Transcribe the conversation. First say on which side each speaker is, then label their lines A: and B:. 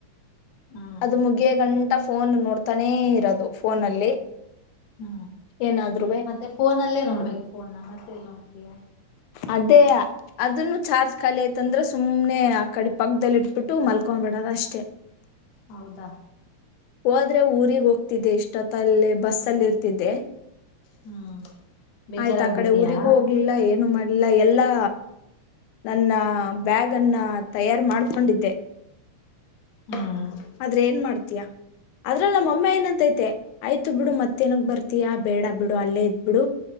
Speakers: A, on the left; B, on the left.
A: ಹ್ಮ್
B: ಅದು ಮುಗಿಯಗಂಟ ಫೋನ್ ನೋಡ್ತಾನೇ ಇರೋದು ಫೋನಲ್ಲಿ.
A: ಹ್ಮ
B: ಏನಾದ್ರುವೆ
A: ಮತ್ತೆ ಫೋನಲ್ಲೇ ನೋಡ್ಬೇಕು ಫೋನಾ ಮತ್ತೆಲ್ಲಿ ನೋಡ್ ತಿಯ
B: ಅದೇಯ ಅದನ್ನು ಚಾರ್ಜ್ ಖಾಲಿ ಐತಂದ್ರೆ ಸುಮ್ಮ್ನೆ ಆ ಕಡೆ ಪಕ್ಕದಲ್ಲಿ ಇಟ್ಬಿಟ್ಟು ಮಲಕೊಂಬಿಡದ್ ಅಷ್ಟೆ.
A: ಹೌದಾ
B: ಹೋದ್ರೆ ಊರಿಗ್ ಹೋಗ್ತಿದ್ದೆ ಇಷ್ಟೊತ್ತಲ್ಲೇ ಬಸ್ ಅಲ್ಲಿ ಇರ್ತಿದ್ದೆ.
A: ಹ್ಮ್ ಬೇಜಾರಾಗ್ಬಿಟ್ಟಿಯಾ
B: ಆಯ್ತ್ ಆ ಕಡೆ ಊರಿಗೂ ಹೋಗ್ಲಿಲ್ಲ ಏನು ಮಾಡ್ ಇಲ್ಲ ಎಲ್ಲಾ ನನ್ನ ಬ್ಯಾಗನ್ನ ತಯಾರ್ ಮಾಡ್ಕೊಂಡಿದ್ದೆ.
A: ಹ್ಮ್
B: ಆದ್ರ ಏನ್ ಮಾಡ್ ತ್ಯ ಅದ್ರಲ್ ನಮ್ಮಮ್ಮ ಏನಂತೈತೆ ಆಯ್ತು ಬಿಡು ಮತ್ತೇನಿಕ್ ಬರ್ತಿಯಾ ಬೇಡ ಬಿಡು ಅಲ್ಲೇ ಇದ್ಬಿಡು